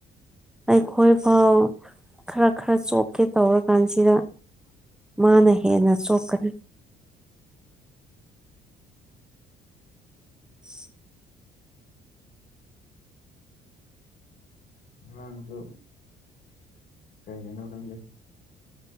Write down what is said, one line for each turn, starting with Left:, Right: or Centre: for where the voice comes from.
Centre: ꯑꯩꯈꯣꯏ ꯐꯥꯎ ꯈꯔ ꯈꯔ ꯆꯣꯛꯀꯦ ꯇꯧꯔꯀꯥꯟꯁꯤꯗ ꯃꯥꯅ ꯍꯦꯅ ꯆꯣꯀꯅꯤ <inaudible>
Left: ꯉꯔꯥꯡꯗꯨ ꯀꯩꯒꯤꯅꯣ ꯈꯪꯗꯦ